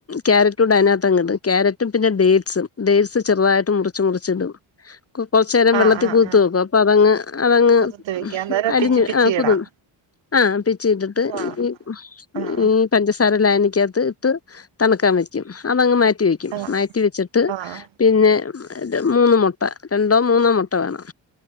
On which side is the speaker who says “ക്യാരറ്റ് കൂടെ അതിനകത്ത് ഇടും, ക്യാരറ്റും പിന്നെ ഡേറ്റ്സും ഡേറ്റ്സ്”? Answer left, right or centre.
Left